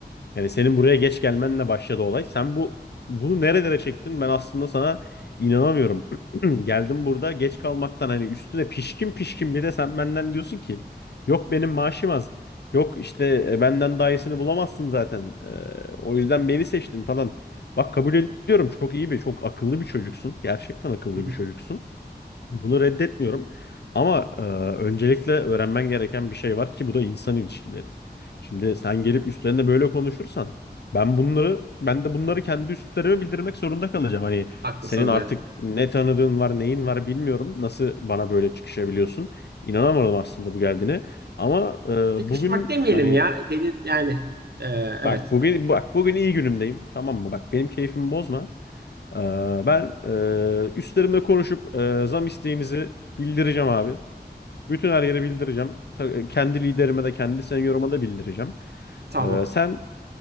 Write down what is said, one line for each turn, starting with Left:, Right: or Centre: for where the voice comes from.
Left: Yani senin buraya geç gelmenle başladı olay. Sen bu bunu nerelere çektin? Ben aslında sana inanamıyorum. <clears throat> Geldim burada geç kalmaktan hani üstüne pişkin pişkin bir de sen benden diyorsun ki yok benim maaşım az. Yok işte e, benden daha iyisini bulamazsın zaten. E, o yüzden beni seçtin falan. Bak kabul ediyorum çok iyi bir çok akıllı bir çocuksun. Gerçekten akıllı
Right: Hı hı.
Left: bir çocuksun. Bunu reddetmiyorum. Ama e, öncelikle öğrenmen gereken bir şey var ki bu da insan ilişkileri. Şimdi sen gelip üstlerine böyle konuşursan ben bunları ben de bunları kendi üstlerime bildirmek zorunda kalacağım. Hani
Right: Haklısınız
Left: senin artık
Right: evet.
Left: ne tanıdığın var, neyin var bilmiyorum. Nasıl bana böyle çıkışabiliyorsun? İnanamadım aslında bu geldiğine. Ama e,
Right: Sıkışmak
Left: bugün
Right: demeyelim
Left: yani
Right: ya. Dedin yani e, evet
Left: bak bugün bak bugün iyi günümdeyim. Tamam mı? Bak benim keyfimi bozma. E, ben e, üstlerimle konuşup e, zam isteğinizi bildireceğim abi. Bütün her yere bildireceğim. Ta- e, Kendi liderime de kendi senioruma da bildireceğim.
Right: tamam.
Left: Ee, sen